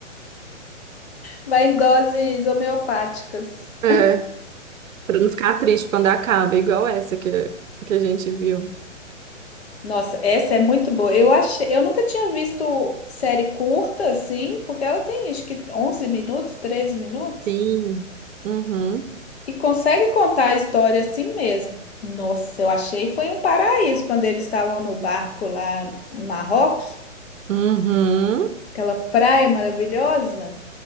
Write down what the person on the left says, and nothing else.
Vai em doses homeopáticas.
Nossa, essa é muito boa. Eu achei, eu nunca tinha visto série curta assim, porque ela tem acho que 11 minutos, 13 minutos
e consegue contar a história assim mesmo. Nossa, eu achei foi um paraíso quando eles estavam no barco lá em Marrocos,
aquela praia maravilhosa.